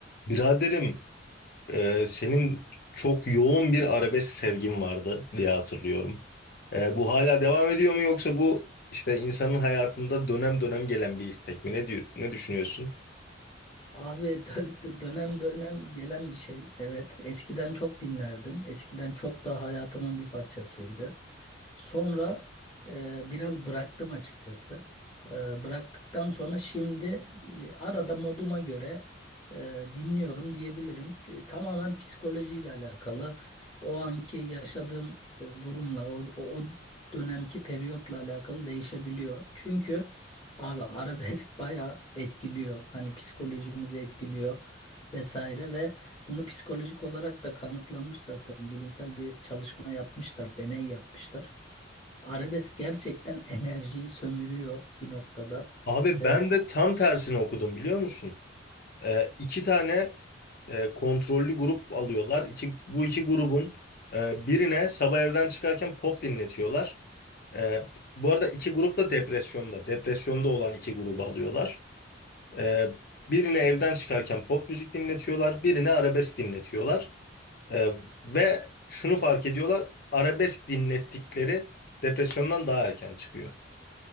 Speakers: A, on the left; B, on the left.
A: Biraderim, e, senin çok yoğun bir arabesk sevgin vardı diye hatırlıyorum. E, bu hala devam ediyor mu yoksa bu işte insanın hayatında dönem dönem gelen bir istek mi? Ne diyor, ne düşünüyorsun?
B: Abi dö- dö- dönem dönem gelen bir şey. Evet, eskiden çok dinlerdim. Eskiden çok daha hayatımın bir parçasıydı. Sonra e, biraz bıraktım açıkçası. E, bıraktıktan sonra şimdi e, arada moduma göre e, dinliyorum diyebilirim. E, tamamen psikolojiyle alakalı. O anki yaşadığım e, durumla, or- o, o dönemki periyotla alakalı değişebiliyor. Çünkü... Abi arabesk <laughs> bayağı etkiliyor. Hani psikolojimizi etkiliyor vesaire ve bunu psikolojik olarak da kanıtlanmış zaten. Bilimsel bir çalışma yapmışlar, deney yapmışlar. Arabesk gerçekten <laughs> enerjiyi sömürüyor bir noktada.
A: Abi
B: Ee,
A: ben de tam tersini okudum biliyor musun? E, iki tane e, kontrollü grup alıyorlar. İki, bu iki grubun e, birine sabah evden çıkarken pop dinletiyorlar. E, bu arada iki grup da depresyonda. Depresyonda olan iki grubu alıyorlar. Ee, birine evden çıkarken pop müzik dinletiyorlar, birine arabesk dinletiyorlar. Ee, ve şunu fark ediyorlar, arabesk dinlettikleri depresyondan daha erken çıkıyor.